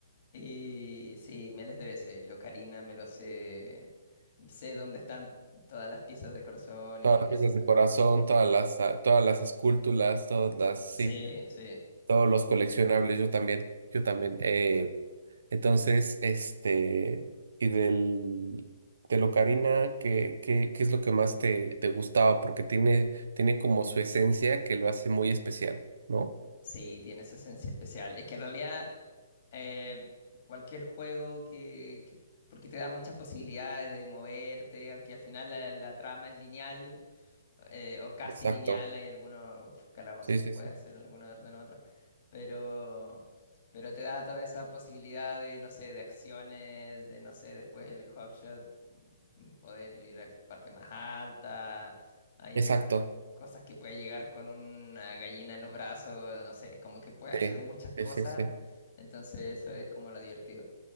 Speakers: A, on the left; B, on the right.
A: Y sí, miles de veces. Lo Ocarina me lo sé. Sé dónde están todas las piezas de corazón
B: Todas
A: y
B: las piezas
A: esas cosas.
B: de corazón, todas las, ah, todas las esculturas, todas las, sí,
A: Sí, sí.
B: todos los coleccionables, yo también, yo también. eh, entonces, este, y del, de Locarina, ¿qué, qué, qué es lo que más te, te gustaba? Porque tiene, tiene como su esencia que lo hace muy especial, ¿no?
A: Sí, tiene esa esencia especial. Es que en realidad eh, cualquier juego que, que- Porque te da muchas posibilidades de moverte, aunque al final la, la trama es lineal, eh, o casi
B: Exacto,
A: lineal, hay algunos calabozos
B: sí,
A: que
B: sí,
A: puedes
B: sí.
A: hacer en alguno orden u otro, pero, pero te da toda esa posibilidad de, no sé, de acciones, de, no sé, después el hookshot, mm, poder ir a parte más alta, hay
B: Exacto,
A: algunas cosas que puedes llegar con una gallina en los brazos, no sé, es como que puedes
B: sí,
A: hacer muchas cosas,
B: sí, sí, sí.
A: entonces eso es como lo divertido.